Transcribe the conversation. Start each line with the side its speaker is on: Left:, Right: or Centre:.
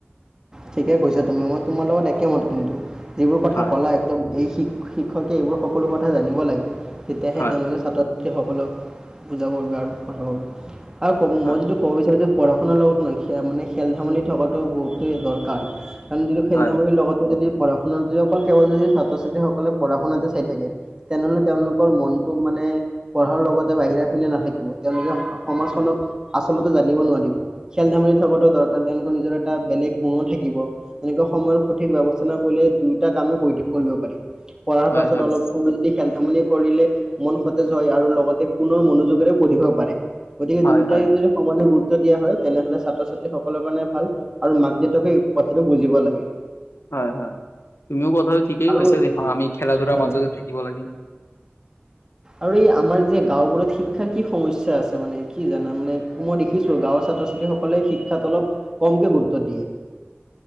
Right: ঠিকেই কৈছা তুমি, মই তোমাৰ লগত একেমত। কিন্তু যিবোৰ কথা
Left: হয়
Right: ক'লা একদম এই শিক শিক্ষকে এইবোৰ সকলো কথা জানিব লাগে, তেতিয়াহে
Left: হয়
Right: তেওঁলোকে ছাত্ৰ ত্ৰী সকলক বুজাবৰ বাবে আৰু পঢ়াবৰ বাবে, আৰু ক
Left: হয়
Right: মই যিটো ক'ব বিচাৰোঁ যে, পঢ়া-শুনাৰ লগত নে মানে খেল ধেমালি থকাটো বহুতেই দৰকাৰ। কাৰণ যদি খেল
Left: হয়
Right: ধেমালিৰ লগতে যদি পঢ়া-শুনা যদি অকল কেৱল যদি ছাত্ৰ-ছাত্ৰীসকলে পঢ়া শুনাতে চাই থাকে। তেনেহ'লে তেওঁলোকৰ মনটো মানে পঢ়াৰ লগতে বাহিৰা পিনে নাথাকিব, তেওঁ লোকে সমাজখনক আচলতে জানিব নোৱাৰিব। খেল-ধেমালি থকাতো দৰকাৰ তেওঁলোকৰ নিজৰ এটা বেলেগ গুণো থাকিব, এনেকুৱা সময়ৰ সঠিক ব্যৱস্থা কৰিলে দুইটা কামে কৰিব পাৰি। পঢ়াৰ
Left: হয়
Right: পাছত
Left: হয়
Right: অলপ সময় যদি খেল-ধেমালি কৰিলে মন সতেজ হয়, আৰু লগতে পুনৰ মনোযোগেৰে পঢ়িব পাৰে। গতিকে
Left: হয়
Right: দুয়োটাকে
Left: হয়
Right: যদি সমানে গুৰুত্ব দিয়া হয়, তেনেহ'লে ছাত্ৰ-ছাত্ৰীসকলৰ কাৰণে ভাল আৰু মাক দেউতা কে এই কথাটো বুজিব লাগে।
Left: হয়, হয়, তুমিও কথাটো ঠিকেই
Right: আৰু
Left: কৈছা যে আমি খেলা-ধূলাৰ
Right: হয়
Left: মাজতে থাকিব লাগে। <inaudible>
Right: আৰু এই আমাৰ যে গাঁওবোৰত শিক্ষাৰ কি সমস্যা আছে মানে কি জানা মানে? মই দেখিছো গাঁৱৰ ছাত্ৰ-ছাত্ৰীসকলে শিক্ষাত অলপ কমকে গুৰুত্ব দিয়ে।